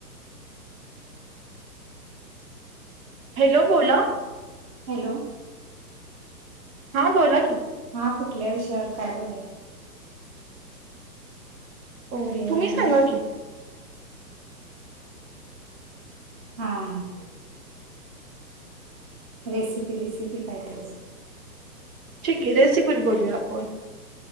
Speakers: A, on the right (about 55°); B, on the right (about 25°).
A: हॅलो बोला
B: हॅलो
A: हा बोला की
B: हा कुठल्या विषयावर काय बोलायचं
A: हो
B: जेवण
A: तुम्ही
B: झालं
A: सांगा की
B: हां ह रेसिपी बिसिपी काहीतरीच
A: ठीक आहे रेसिपीवर बोलूया आपण